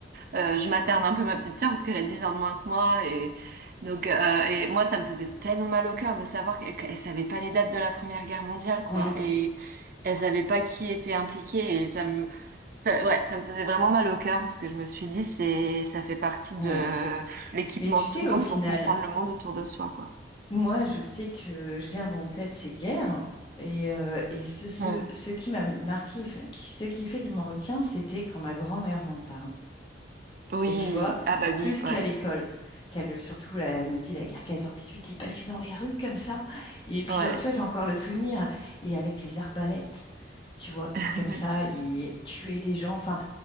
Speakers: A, on the right; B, on the left.
A: euh, je materne un peu ma petite sœur parce qu'elle a 10 ans de moins que moi et donc euh, et moi, ça me faisait tellement mal au cœur de savoir qu'elle, qu'elle savait pas les dates de la Première Guerre mondiale quoi
B: Mm.
A: et elle savait pas qui était impliqué et ça me, ça- ouais, ça me faisait vraiment mal au cœur parce que je me suis dit c'est, ça fait partie
B: Ouais.
A: de l'équipement
B: Mais tu
A: de
B: sais,
A: tout
B: au
A: le monde
B: final,
A: pour comprendre le monde autour de soi quoi.
B: moi, je sais que je garde en tête ces guerres et, euh, et ce, ce,
A: Hmm.
B: ce qui m'a marqué, enfin, qui- ce qui fait que je m'en retiens, c'était quand ma grand-mère m'en parle.
A: Oui,
B: Et tu vois,
A: ah bah oui,
B: plus qu'à
A: ouais,
B: l'école, qu'elle, euh, surtout, là, elle me dit, la guerre quinze heures dix-huit, il passait dans les rues comme ça. Et puis,
A: ouais,
B: genre, tu vois, j'ai encore le souvenir. Et avec les arbalètes, tu vois, il,
A: <laughs>
B: comme ça, il, il tuait les gens. Enfin,